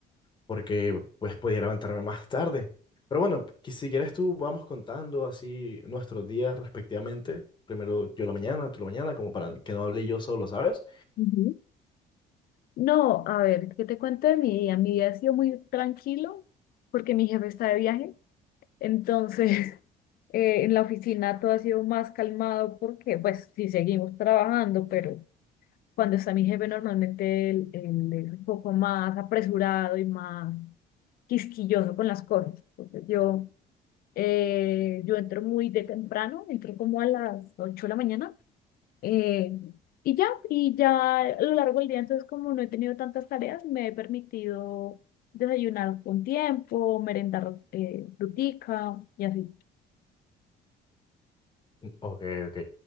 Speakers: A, on the left; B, on the left.
A: porque pues podía levantarme más tarde. Pero bueno, que si quieres tú vamos contando así nuestros días respectivamente. Primero yo la mañana, tú la mañana, como para que no hable yo solo, ¿sabes?
B: Ujú. No, a ver, ¿qué te cuento de mi día? Mi día ha sido muy tranquilo porque mi jefe está de viaje, entonces <laughs> eh, en la oficina todo ha sido más calmado porque pues sí seguimos trabajando, pero cuando está mi jefe normalmente él, él es un poco más apresurado y más quisquilloso con las cosas. Entonces yo... Eh, yo entro muy de temprano, entro como a las 8 de la mañana. eh, y ya, y ya a lo largo del día, entonces como no he tenido tantas tareas, me he permitido desayunar con tiempo, merendar eh, frutica y así.
A: Ok, ok.